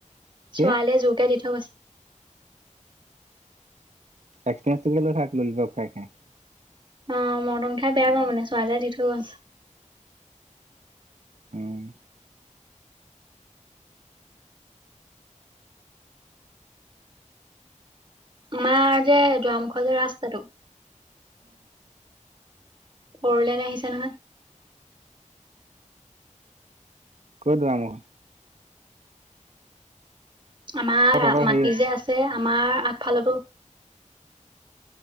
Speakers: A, on the right; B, on the right.
A: ছোৱালীয়ে
B: কি
A: জোৰকে দি থৈ গৈছে।
B: এক্সপেৰিয়েন্সটোকে লৈ থাক ললিপপ খাই খাই।
A: অ অ অ, মটন খাই বেয়া পাওঁ মানে ছোৱালীয়ে দি থৈ গৈছে।
B: উম উ উ!
A: আমাৰ যে দুৱাৰমুখৰ যে ৰাস্তাটো। ফৌৰলেন আহিছে নহয়।
B: ক'ত যোৱা নো।
A: আমাৰ
B: অ তহঁতৰ
A: মাটি
B: হেৰি
A: যে আছে আমাৰ আগফালৰতো।